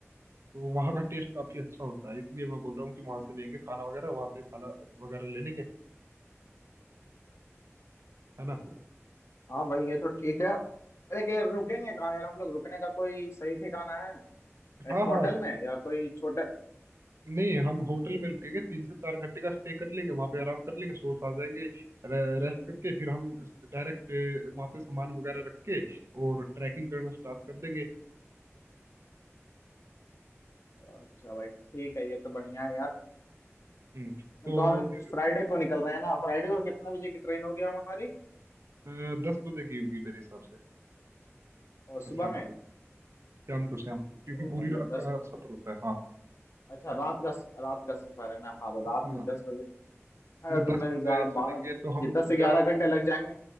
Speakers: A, on the right (about 65°); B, on the left (about 70°).
A: तो वहाँ का टेस्ट काफी अच्छा होता है इसलिए मैं बोल रहा हूँ कि वहां से लेंगे खाना वगैरह वहां से खाना वगैरह ले लेंगे है ना तो-
B: हाँ भाई ये तो ठीक है अरे कि रुकेंगे कहाँ यार हम लोग रुकने का कोई सही ठिकाना है
A: हाँ
B: एक होटल
A: हाँ यार
B: में
A: तो-
B: या कोई छोटा
A: नहीं हम होटल में रुकेंगे तीन से चार घंटे का स्टे कर लेंगे वहां पे आराम कर लेंगे सो आ जाएंगे रे, रेस्ट करके फिर हम डायरेक्ट वहां पे सामान वगैरह रख के और ट्रैकिंग करना स्टार्ट कर देंगे
B: अच्छा भाई ठीक है ये तो बढ़िया है यार
A: हम्म
B: तो
A: तो
B: हम
A: फिर
B: फ्राइडे को निकल रहे हैं ना फ्राइडे को कितने बजे की ट्रेन होगी हमारी
A: अ, दस बजे की होगी मेरे हिसाब से
B: और सुबह
A: शाम
B: में
A: को शाम को शाम को क्योंकि
B: तो
A: पूरी
B: मतलब
A: रात
B: दस
A: का सफर होता है हाँ
B: अच्छा रात का रात का सफर है ना हाँ तो
A: हाँ
B: रात में दस बजे अगर तुमने
A: दस बजे
B: ग्यारह बारह
A: चलेंगे
B: घंटे
A: तो हम
B: ये दस से ग्यारह
A: ग्यारह
B: घंटे लग जाएंगे